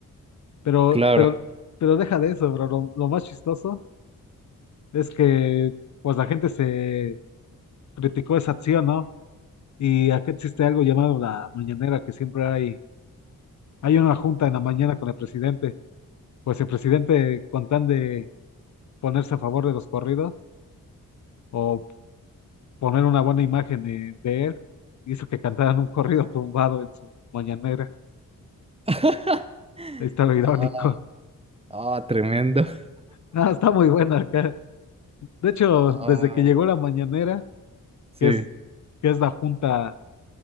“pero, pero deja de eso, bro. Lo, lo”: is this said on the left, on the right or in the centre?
Left